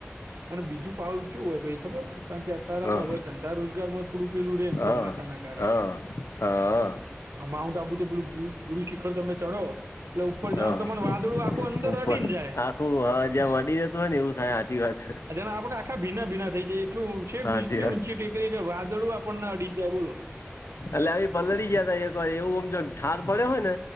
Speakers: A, on the right; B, on the left.
A: અને બીજું પાવું ચેવુ હોય ભઇ ખબર કારણ કે અતારમાં
B: હા
A: હવે ધંધા રોજગારમાં થોડું પેલું રેમ
B: હા
A: ચોમાસાના કારણે
B: હા હા
A: આ માઉન્ટ આબુ તો પેલું ગી ગુરુ શિખર તમે ચઢો એટલે ઉપર જાવ
B: હા
A: તમને વાદળું આખું અંદર
B: ઉપર
A: અડી ને જાય
B: આખું હા જ્યાં અડી જતું હોય ને એવું થાય સાચી વાત
A: ને આપડે આખા ભીના ભીના થઈ જાય એટલું છે એટલી
B: સાચી
A: ઊંચી
B: વાત
A: ઊંચી ટેકરી કે વાદળું આપણને અડી જાય બોલો
B: એટલે આવી પલળી ગયા તા એક વાર એવું આમ ઠાર પડે હોય ને